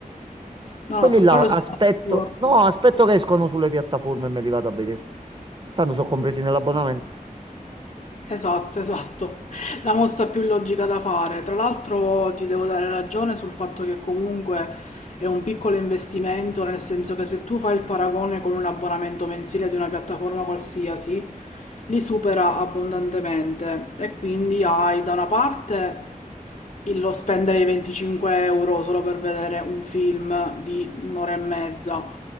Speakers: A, on the left; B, on the right.
A: No,
B: Quelli
A: no, su
B: là
A: quello sono
B: aspetto,
A: d'accordo.
B: no, aspetto che escono sulle piattaforme e me li vado a vedere. Tanto sono compresi nell'abbonamento.
A: Esatto, esatto. <laughs> La mossa più logica da fare. Tra l'altro ti devo dare ragione sul fatto che comunque è un piccolo investimento, nel senso che se tu fai il paragone con un abbonamento mensile di una piattaforma qualsiasi, li supera abbondantemente e quindi hai da una parte il- lo spendere i 25 euro solo per vedere un film di un'ora e mezza